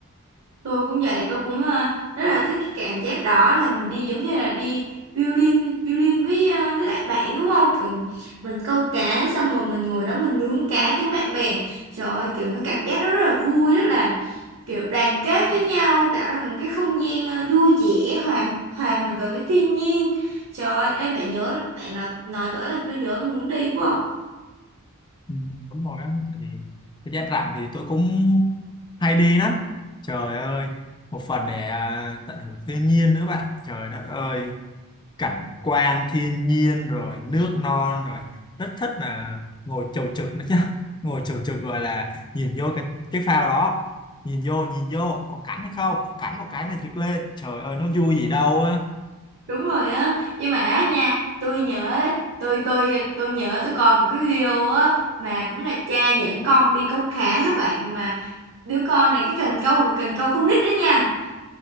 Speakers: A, on the right; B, on the left.
A: tôi cũng vậy tôi cũng ờ, rất là thích cái cảm giác đó là mình đi giống như là đi violin violin với ờ, với lại bạn đúng không kiểu mình câu cá xong rồi mình ngồi đó mình nướng cá với bạn bè trời ơi kiểu cái cảm giác đó rất là vui rất là kiểu đoàn kết với nhau tạo ra một cái không gian ờ, vui vẻ hòa hòa mình vào với thiên nhiên trời ơi ê, bạn nhớ bạn nói nói tới làm tôi nhớ tôi muốn đi quá à.
B: Ừ, đúng rồi á tại vì thời gian rảnh thì tôi cũng hay đi lắm trời ơi một phần để à, tận hưởng thiên nhiên nữa bạn trời đất ơi cảnh quan thiên nhiên rồi nước non rồi rất thích là ngồi chầu trực nữa chứ <laughs> ngồi chầu trực gọi là nhìn vô cái cái phao đó nhìn vô nhìn vô có cắn hay không cắn một cái này trực lên trời ơi nó vui gì đâu á
A: đúng rồi á nhưng mà á nha tôi nhớ tôi tôi tôi nhớ tôi còn một cái video á mà cũng là cha dẫn con đi câu cá á bạn mà đứa con này cái cần câu là cần câu con nít đó nha